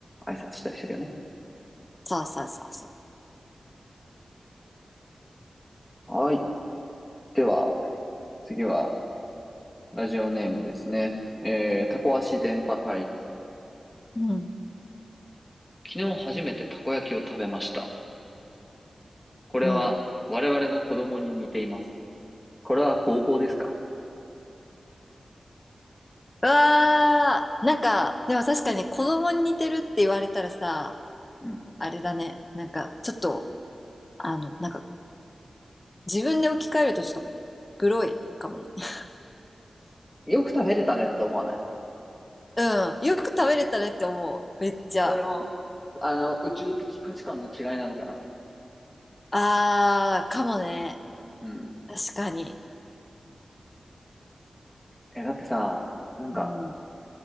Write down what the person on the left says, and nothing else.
そうそうそうそう。
うん。
うん。
うわー、なんか、でも確かに子供に似てるって言われたらさ、
あれだね。なんか、ちょっと、あの、なんか、自分で置き換えるとちょっと、グロいかもね。<laughs>
うん。よく食べれたねって思う。めっちゃ。
あー、かもね。
確かに。
うん。